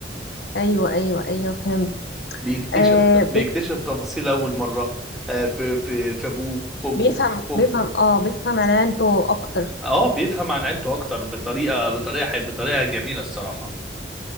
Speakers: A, on the left; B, in the centre.
A: ايوه ايوه ايوه فهمت
B: بيكتشف
A: آه
B: بيكتشف تفاصيل اول مره آه، في في في ابوه في امه
A: بيفهم
B: في اخته
A: بيفهم اه بيفهم عنانته اكتر
B: اه بيفهم عن عيلته اكتر بطريقه بطريقه حي- بطريقه جميله الصراحه